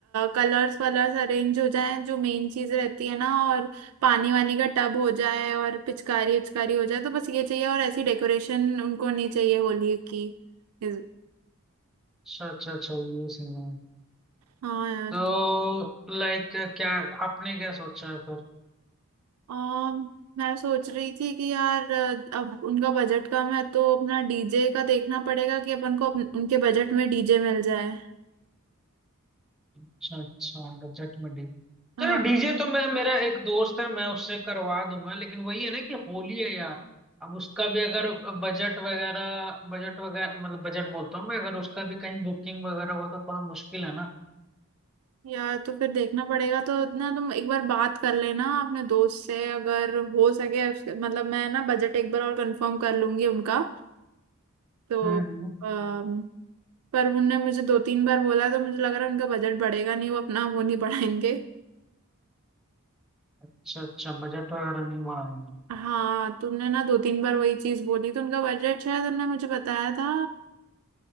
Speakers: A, on the right; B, in the centre.
A: कलर्स वलर्स अरेंज हो जाएं जो मेन चीज रहती है ना और पानी वानी का टब हो जाए और पिचकारी उचकारी हो जाए तो बस ये चाहिए और ऐसी डेकोरेशन उनको नहीं चाहिए होली की इस-
B: अच्छा अच्छा अच्छा ये सीन है
A: हाँ यार
B: तो लाइक क्या आपने क्या सोचा है फिर
A: अम, मैं सोच रही थी कि यार अ, अब उनका बजट कम है तो अपना डीजे का देखना पड़ेगा कि अपन को अपन, उनके बजट में डीजे मिल जाए
B: अच्छा अच्छा बजट में डी
A: हाँ।
B: चलो डीजे तो मैं मेरा एक दोस्त है मैं उससे करवा दूंगा लेकिन वही है ना कि होली है यार अब उसका भी अगर बजट वगैरह बजट वगैरह मतलब बजट बोलता हूँ मैं अगर उसका भी कहीं बुकिंग वगैरह हो तो थोड़ा मुश्किल है ना
A: यार तो फिर देखना पड़ेगा तो ना तुम एक बार बात कर लेना अपने दोस्त से अगर हो सके उसके- मतलब मैं ना बजट एक बार और कंफर्म कर लूंगी उनका तो
B: हम्म हम्म
A: अम, पर उनने मुझे दो तीन बार बोला तो मुझे लग रहा है उनका बजट बढ़ेगा नहीं वो अपना वो नहीं बढ़ाएंगे
B: अच्छा अच्छा बजट वगैरह नहीं बढ़ाएंगे
A: हाँ तुमने ना दो तीन बार वही चीज बोली तो उनका बजट शायद उनने मुझे बताया था